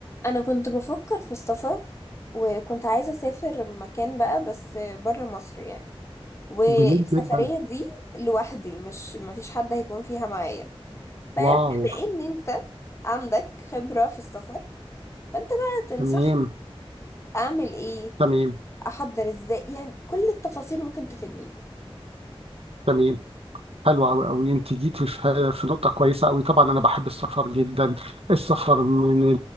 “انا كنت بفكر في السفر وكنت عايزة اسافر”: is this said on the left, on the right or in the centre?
Left